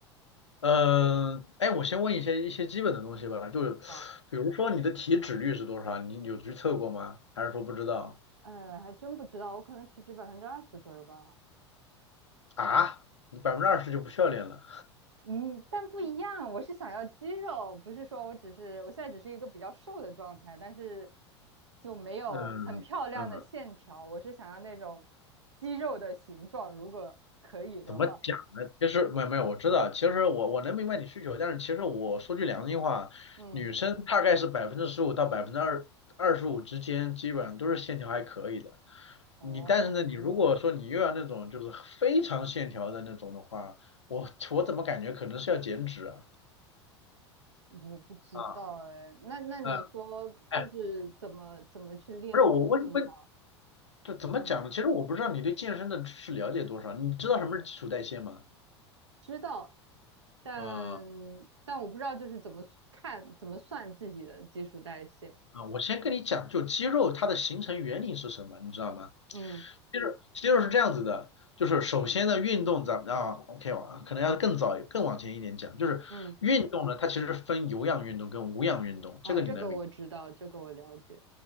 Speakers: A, on the left (about 80°); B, on the right (about 75°).
A: 嗯，哎，我先问一些一些基本的东西吧，就是
B: 啊，
A: 比如说你的体脂率是多少？你有去测过吗？还是说不知道？
B: 呃，还真不知道，我可能体脂百分之二十左右吧。
A: 啊，你百分之二十就不需要练了？
B: 嗯，但不一样，我是想要肌肉，不是说我只是，我现在只是一个比较瘦的状态，但是就没有很漂亮的线条，
A: 嗯嗯
B: 我是想要那种肌肉的形状，如果可以的话，
A: 怎么讲呢？其实没有没有，我知道，其实我我能明白你需求，但是其实我说句良心话，
B: 嗯，
A: 女生大概是百分之十五到百分之二二十五之间，基本上都是线条还可以的。
B: 哦，
A: 你但是呢，你如果说你又要那种就是非常线条的那种的话，我我怎么感觉可能是要减脂啊？
B: 我不知道哎，
A: 啊，
B: 那那你说就是怎么怎么去练会更好？
A: 嗯，哎，不是，我问问，就怎么讲呢？
B: 嗯，
A: 其实我不知道你对健身的知识了解多少，你知道什么是基础代谢吗？
B: 知道，但
A: 嗯、
B: 但我不知道就是怎么看怎么算自己的基础代谢，
A: 啊，我先跟你讲，就肌肉它的形成原理是什么，你知道吗？
B: 嗯
A: 肌肉肌肉是这样子的，就是首先呢，运动咱们啊，OK，我啊可能要更早更往前一点讲，就是运动呢，
B: 嗯。
A: 它其实分有氧运动跟无氧运动，这个你能明白？
B: 哦，这个我知道，这个我了解。